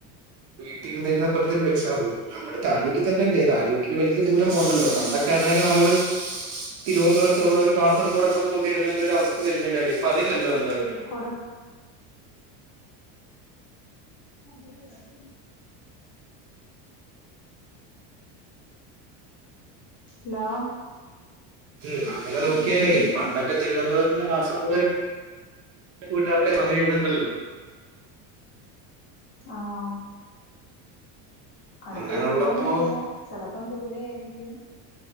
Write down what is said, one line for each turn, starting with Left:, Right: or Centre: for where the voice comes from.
Right: <unintelligible> <unintelligible> എക്സാമ് നമ്മുടെ താലൂക്കി തന്നെല്ലേ താലൂക് ഇത് വലിയ ദൂരം പോണ്ടല്ലോ പണ്ടൊക്കെ ആയിന്നെങ്കിൽ നമ്മള് തിരുവന്തപുരത്തുള്ളവര് കാസർഗോഡൊക്കെ പോകണ്ടിവരുന്ന ഒരു തരം അവസ്ഥ വരുന്നില്ലാലോ ഇപ്പൊ അതില്ലല്ലോ എന്തായാലും
Left: കൊട് ആ ശരി <unintelligible> ഹലോ
Right: ഉം അങ്ങനെ നോക്കിയാലേ പണ്ടൊക്കെ തിരുവനന്തപുരത്തുന്ന് കാസർഗോഡ്‌ വരെ വീട്ടാർക്ക്‌ അങ്ങനെ രിത്ണ്ടല്ലോ
Left: ആഹ് അടുത്ത്
Right: അങ്ങനെ
Left: കിട്ടണന്നുംല്ലാ
Right: ഉള്ളപ്പോ
Left: ചിലപ്പോ പ്പം ദൂരെ ആയിരിക്കും